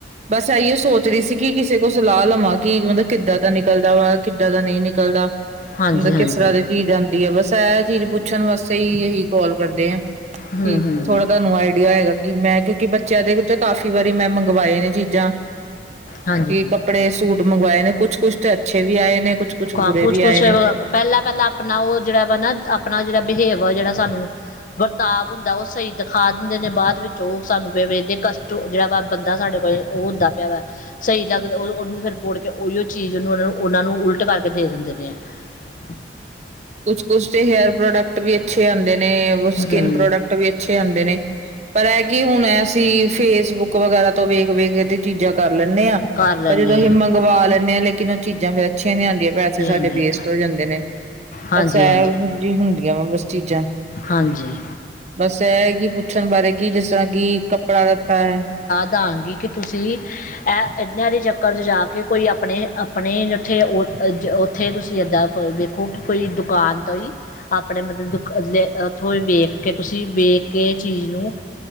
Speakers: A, on the right; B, on the left.
A: ਬਸ ਇਹੀਓ ਸੋਚ ਰਹੀ ਸੀ ਕਿ ਕਿਸੇ ਕੁਝ ਸਲਾਲ ਲਵਾਂਗੀ ਕਿੱਦਾਂ ਦਾ ਨਿਕਲਦਾ ਵਾ ਕਿੱਦਾਂ ਦਾ ਨਹੀਂ ਨਿਕਲਦਾ
B: ਹਾਂਜੀ
A: ਮਤਲਬ
B: ਹਾਂਜੀ
A: ਕਿਸ ਤਰ੍ਹਾਂ ਦੀ ਚੀਜ਼ ਆਉਂਦੀ ਹੈ ਬਸ ਚੀਜ਼ ਪੁੱਛਣ ਵਾਸਤੇ ਹੀ ਕਾਲ ਕਰਦੇ ਆ
B: ਹੂੰ
A: ਕਿ
B: ਹੂੰ
A: ਥੋੜਾ ਤੁਹਾਨੂੰ ਆਈਡੀਆ ਹੈਏਗਾ ਕਿ ਮੈਂ ਕਿਉਂਕਿ ਬੱਚਿਆਂ ਦੇ ਤੇ ਕਾਫ਼ੀ ਵਾਰੀ ਮੈਂ ਮੰਗਵਾਏ ਨੇ ਚੀਜ਼ਾਂ
B: ਹਾਂਜੀ
A: ਕਪੜੇ ਸੂਟ ਮੰਗਵਾਏ ਨੇ ਕੁਛ ਕੁਛ ਤੇ ਅੱਛੇ ਵੀ ਆਏ ਨੇ ਕੁਛ ਕੁਛ
B: ਹਾਂ
A: ਬੁਰੇ ਵੀ
B: ਕੁਛ
A: ਆਏ ਨ
B: ਪਹਿਲਾਂ
A: ਜਿ
B: ਪਹਿਲਾਂ ਆਪਣਾ ਉਹ ਜਿਹੜਾ ਵਾ ਨਾ ਆਪਣਾ ਜਿਹੜਾ ਬਿਹੇਵ ਜਿਹੜਾ ਸਾਨੂੰ ਵਰਤਾਵ ਹੁੰਦਾ ਉਹ ਸਹੀ ਦਿਖਾ ਦਿੰਦੇ ਨੇ ਬਾਅਦ ਵਿੱਚ ਚ ਸਾਨੂੰ ਕਸਟ ਜਿਹੜਾ ਵਾ ਬੰਦਾ ਸਾਡੇ ਕੋਲ ਉਹ ਹੁੰਦਾ ਪਿਆ ਵਾ <inaudible> ਸਹੀ ਲੱਗਦਾ ਉਹਨੂੰ ਫਿਰ ਬੋੜ ਕੇ ਉਹੀਓ ਚੀਜ਼ ਉਹਨੂੰ ਉਹ ਨੂੰ ਉਹਨਾਂ ਨੂੰ ਉਲਟ ਕਰਕੇ ਦੇ ਦਿੰਦੇ ਨੇ ਆ
A: ਕੁਛ ਕੁਛ ਤੇ ਹੇਅਰ ਪ੍ਰੋਡਕਟ ਵੀ ਅੱਛੇ ਆਦੇ ਨੇ ਸਕਿੰਨ
B: ਹਮ
A: ਪ੍ਰੋਡਕਟ ਵੀ ਅੱਛੇ ਆਉਂਦੇ ਨੇ ਪਰ ਇਹ ਕੀ ਹੁਣ ਐ ਅਸੀਂ ਫੇਸਬੁੱਕ ਵਗੈਰਾ ਤੋਂ ਵੇਖ ਵੇਖ ਤੀਜਾ ਕਰ ਲੈਨੇ ਆ
B: ਕਰ ਲੈਂਦੇ
A: ਪਰ ਜਦੋਂ ਅਸੀਂ
B: ਹਾਂ
A: ਮੰਗਵਾ ਲੈਦੇ ਆ ਲੇਕਿਨ ਉਹ ਚੀਜ਼ਾਂ ਅੱਛੀਆਂ ਨਹੀਂ ਆਉਂਦੀਆਂ ਵ ਪੈਸੇ ਸਾਡੇ
B: ਨਹੀਂ
A: ਵੇਸਟ ਹੋ ਜਾਂਦੇ ਨੇ
B: ਹਾਂਜੀ
A: ਸ਼ੈਲ
B: ਹਾਂਜੀ ਹਾਂਜੀ
A: ਸਬਜ਼ਜੀ ਹੁੰਦੀਆਂ ਵਾ ਬਸ ਚੀਜ਼ਾਂ
B: ਹਾਂਜੀ
A: ਬਸ ਚਗੀ ਪੁੱਛਣ ਬਾਰੇ ਕਿ ਜਿਸ ਤਰ੍ਹਾਂ ਕਿ ਕੱਪੜਾ ਲੱਤਾ ਹੈ
B: ਵਧਾਂਗੀ ਕਿ ਤੁਸੀਂ ਇਹ ਇਨ ਦੇ ਚੱਕਰ ' ਜਾ ਕੇ ਕੋਈ ਆਪਣੇ ਆਪਣੇ ਉੱਥੇ ਉੱਥੇ ਤੁਸੀਂ ਏਦਾਂ ਵੇਖੋ ਕਿ ਕੋਈ ਦੁਕਾਨ ਤੋਂ ਹੀ ਆਪਣੇ ਮਤਲਬ ਦੁਕ ਉੱਥੋਂ ਹੀ ਵੇਖ ਕੇ ਤੁਸੀਂ ਵੇਖ ਕੇ ਚੀਜ਼ ਨੂੰ